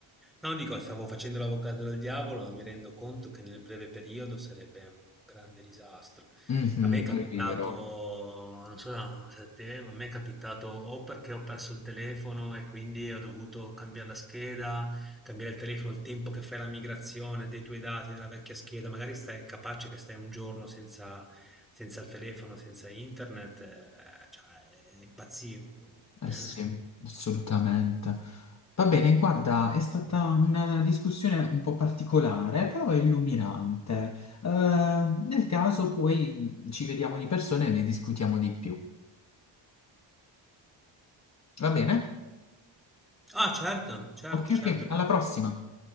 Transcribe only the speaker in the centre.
No, dico, stavo facendo l'avvocato del diavolo, ma mi rendo conto che nel breve periodo sarebbe un grande disastro.
A me è capitato,
non so se a te, ma a me è capitato o perché ho perso il telefono e quindi ho dovuto cambiare la scheda, cambiare il telefono il tempo che fai la migrazione dei tuoi dati della vecchia scheda, magari stai capace che stai un giorno senza, senza il telefono, senza internet, eh, cioè, impazzivo.
<laughs>
Ah, certo, certo,
certo.